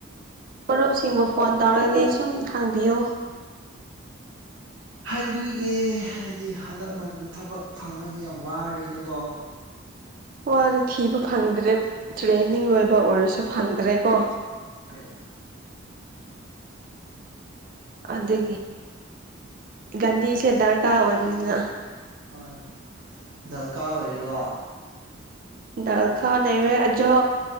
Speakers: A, on the right; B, on the right.
A: ꯃꯔꯨꯞꯁꯤꯡꯕꯨ ꯐꯣꯟ ꯇꯧꯔꯗꯤ ꯁꯨꯝ ꯍꯪꯕꯤꯌꯣ
B: ꯍꯥꯏꯕꯤꯒꯦ ꯍꯥꯏꯗꯤ ꯍꯟꯗꯛ ꯃꯇꯝꯗ ꯊꯕꯛ ꯐꯪꯕ ꯍꯥꯏꯖꯦ ꯌꯥꯝ ꯋꯥꯔꯦꯗꯀꯣ
A: ꯋꯥꯔꯦ ꯊꯤꯕ ꯐꯪꯗ꯭ꯔꯦ ꯇ꯭ꯔꯦꯅꯤꯡ ꯂꯣꯏꯕ ꯑꯣꯏꯔꯁꯨ ꯐꯪꯗ꯭ꯔꯦ ꯀꯣ
B: <unintelligible>
A: ꯑꯗꯨꯒꯤ ꯒꯥꯟꯙꯤꯁꯦ ꯗꯔꯀꯥꯔ ꯑꯣꯏꯕꯅꯤꯅ
B: ꯍꯣꯏ ꯗꯜꯀꯥꯔ ꯑꯣꯏꯔꯦꯀꯣ
A: ꯗꯜꯈꯥ ꯂꯩꯔꯦ ꯑꯗꯣ